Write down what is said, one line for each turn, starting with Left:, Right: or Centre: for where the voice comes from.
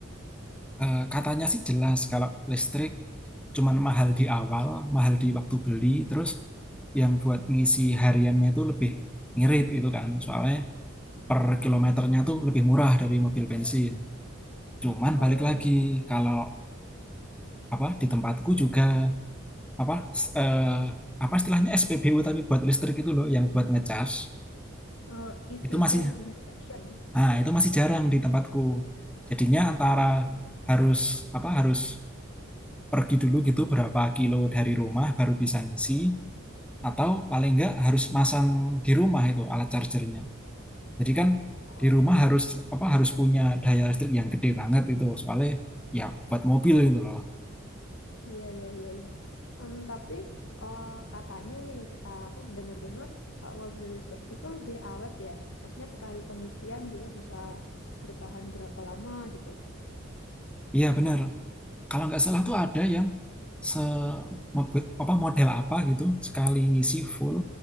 Centre: Eh, katanya sih jelas kalau listrik cuman mahal di awal, mahal di waktu beli, terus yang buat ngisi hariannya itu lebih ngirit itu kan. Soalnya per
Left: Hmm.
Centre: kilometernya tuh lebih murah dari mobil bensin. Cuman
Left: oh
Centre: balik lagi
Left: iya
Centre: kalau apa di tempatku juga apa s- eh, apa istilahnya SPBU tapi buat listrik itu loh yang buat ngecas
Left: Oh, EV
Centre: itu masih
Left: charging station
Centre: ah itu masih jarang di tempatku. Jadinya antara
Left: oh, iya.
Centre: harus apa harus pergi dulu gitu berapa kilo dari rumah baru bisa ngisi atau paling enggak harus masang di rumah itu alat chargernya. Jadi kan
Left: Oh.
Centre: di rumah harus apa harus punya daya listrik yang gede banget itu soalnya ya buat mobil itu loh.
Left: Iya, iya, iya, iya. Em, tapi eh, katanya nih, eh, aku dengar-dengar kalau mobil listrik itu lebih awet ya. Maksudnya sekali pengisian dia bisa bertahan berapa lama gitu.
Centre: Iya benar. Kalau nggak salah tuh ada yang se mobe- apa model apa gitu sekali ngisi full